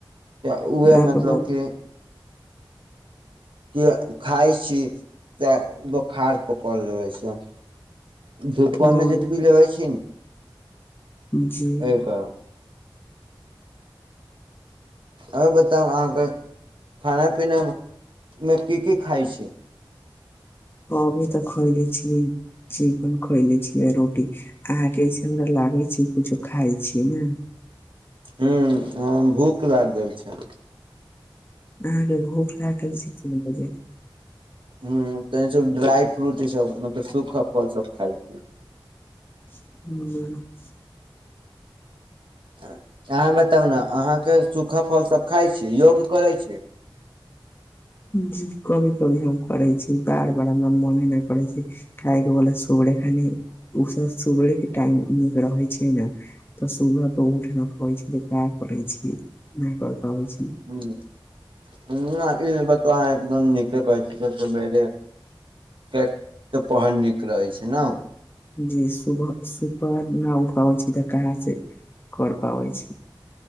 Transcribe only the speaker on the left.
अहाँके
बात
हँ
जी
अभी तऽ खइले छीयइ। चिकन खइले छीयै रोटी अहाँके ई सुन्दर लागे छै कुछो खाय छीयइ ने।
अहाँके भूख लागल छै तीन बजे,
हुं
जी कभी कभी हम करै छी बार बार हमरा मने नहि करै छै। <unintelligible> उ सब सबेरे के टाइम नीक रहइ छै ने। तऽ सुबह त उठि नहि पाबै छी, नहि कर पाबै छी।
जी सुबह सु पहर न उठ पाबै छी तऽ कहाँ से कर पाबै छी।